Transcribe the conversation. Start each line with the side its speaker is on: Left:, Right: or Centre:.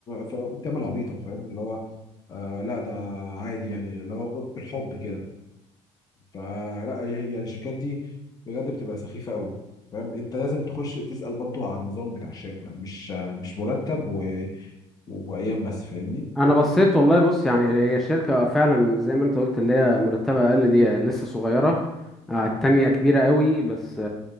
Left: ف- بتعمل عبيطه فاهم اللي هو آه لا ده عادي يعني اللي هو بالحب كده فلا هي- يعني الشركات دي بجد بتبقى سخيفه قوي فاهم انت لازم تخش تسال برضو على النظام بتاع الشركه مش آه، مش مرتب و... وايام بس فاهمني
Centre: انا بصيت والله بص يعني هي الشركه فعلا زي ما انت قلت اللي هي مرتبه اقل دي لسه صغيره آه،
Left: مم.
Centre: التانية كبيره قوي بس